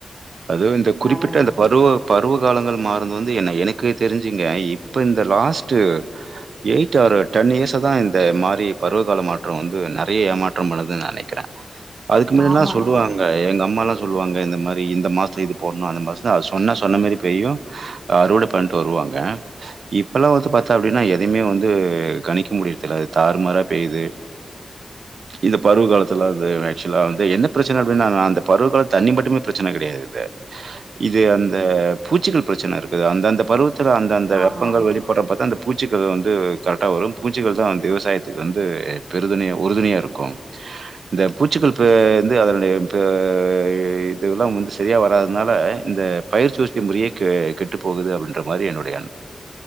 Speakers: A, on the right; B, on the right.
A: அதுவும் இந்த குறிப்பிட்ட
B: அதன
A: அந்த பருவ பருவ காலங்கள் மாருந்து வந்து என்ன எனக்கு தெரிஞ்சுங்க இப்ப இந்த last eight or ten years தான் இந்த மாரி பருவ கால மாற்றம் வந்து நறைய ஏமாற்றம் பண்ணதுன்னு நான் நெனைக்கிறேன் அதுக்கு முன்னல்லாம்
B: ஆமாங்க.
A: சொல்லுவாங்க ஏங்க ம்மாலா சொல்வாங்க இந்த மாரி மாசோ இது போனு அந்த மாசந்தா அது சொன்னா சொன்ன மாரி பெய்யு அறுவட பண்ட்டு வருவாங்க இப்பெல்லா வந்து பாத்த அப்பிடின்னா எதிமே வந்து கணிக்க முடிதில தறுமார பெய்து இந்த பருவ காலத்த அது அக்க்ஷ்லா வந்து என்ன பிரச்சன அப்பிடினானா அந்த பருவக்கல தண்ணி மட்டுமே பிரச்சன கிடையாது இது அந்த பூச்சிகள் பிரச்சன இருக்குது அந்த அந்த பருவத் த்தல அந்த அந்த
B: ஆமா.
A: வெப்பங்கள் வெளிப்படற பாத்த அந்த பூச்சக்க வந்து கரெட்டா வரும் பூச்சிகள் தா விவசாயத்துக்கு வந்து பெரு துணையா உறுதுணையா இருக்கு இந்த பூச்சிகள் பெ இந்து அதனுடைய பெ ஆ இ இததெல்லா வந்து சரியா வராதனால இந்த பயிர்சுஸ்த்தி முறையே கெ கெட்டு போகுது அப்பிடின்ற மாரி என்னுடைய